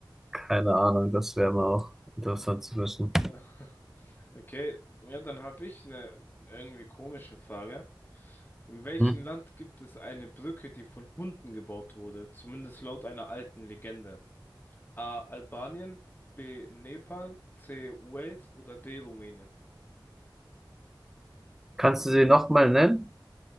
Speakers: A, in the centre; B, on the left.
A: keine Ahnung, das wäre mal auch interessant zu wissen.
B: <laughs> Okay, ja, dann habe ich eine irgendwie komische Frage. In welchem
A: Mhm.
B: Land gibt es eine Brücke, die von Hunden gebaut wurde? Zumindest laut einer alten Legende. A. Albanien, B. Nepal, C. Wales oder D. Rumänien?
A: Kannst du sie nochmal nennen?